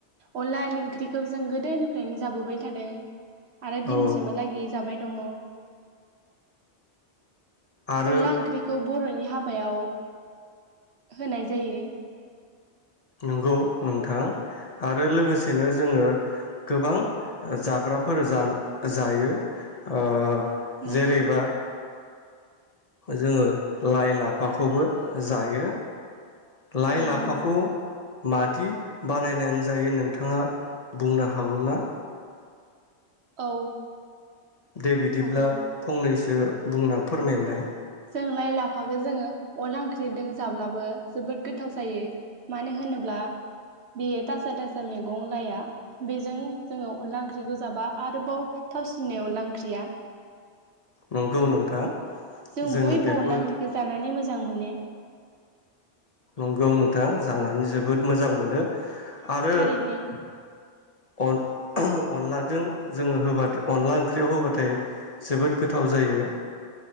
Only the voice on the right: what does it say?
अनलानि ओंख्रिखौ जों गोदोनि फ्रायनो जाबो बाय थादों आरो दिनैसिमहालागि
जाबाय दङ'
अनला ओंख्रिखौ बर'नि हाबायाव होनाय जायो
नंगौ
थारैनो
औ
हागौ
जों लाइ लाफाखो जोङो अनला ओंख्रिदों जाब्लाबो जोबोद गोथाव जायो मानो होनोब्ला बेयो ताजा ताजा मैगं लाया बेजों जोङो अनला ओंख्रिखौ जाबा आरोबाव थावसिनाय अनला ओंख्रिया
जों
बयबो
अनला ओंख्रिखौ जानानै मोज जां मोनो
थारैनो